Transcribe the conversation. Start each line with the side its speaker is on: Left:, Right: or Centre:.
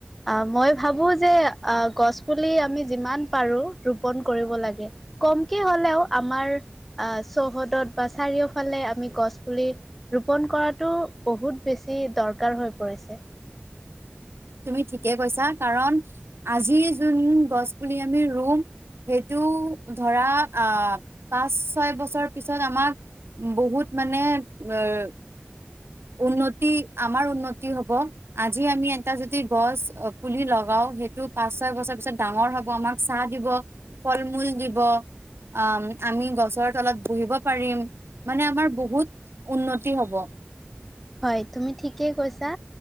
Centre: আঁ মই ভাবোঁ যে, আঁ গছ পুলি আমি যিমান পাৰোঁ ৰোপন কৰিব লাগে। কমকে হ'লেও আমাৰ আঁ চৌহদত বা চাৰিওফালে আমি গছ পুলি ৰোপন কৰাতো বহুত বেছি দৰকাৰ হৈ পৰিছে।
Right: তুমি ঠিকে কৈছা। কাৰণ, আজি যোন গছ পুলি আমি ৰুম সেইটো ধৰা আঁ পাঁচ, ছয় বছৰ পিছত আমাক বহুত মানে, অ'!
Centre: <inaudible>
Right: উন্নতি, আমাৰ উন্নতি হ'ব। আজি আমি এটা যুতি গছ পুলি লগাও সেইটো পাঁচ ছয় বছৰ পিছত ডাঙৰ হব আমাক চাহ দিব। ফল মূল দিব। আঁ আমি গছৰ তলত বহিব পাৰিম। মানে আমাৰ বহুত উন্নতি হ'ব।
Centre: হয়, তুমি ঠিকেই কৈছা।